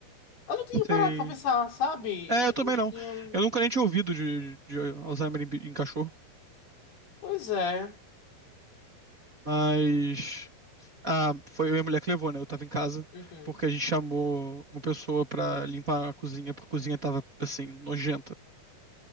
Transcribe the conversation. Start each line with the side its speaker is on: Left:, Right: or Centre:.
Left: Eu não tinha parado
Right: Sim.
Left: pra pensar, sabe?
Right: É, eu
Left: Eu
Right: também
Left: nunca
Right: não.
Left: tinha.
Right: Eu nunca nem tinha ouvido de, de Alzheimer em, em cachorro.
Left: Pois é.
Right: Mas. Ah, foi eu e a mulher que levou, né? Eu tava em casa,
Left: Uhum.
Right: porque a gente chamou uma pessoa pra limpar a cozinha, porque a cozinha tava, assim, nojenta.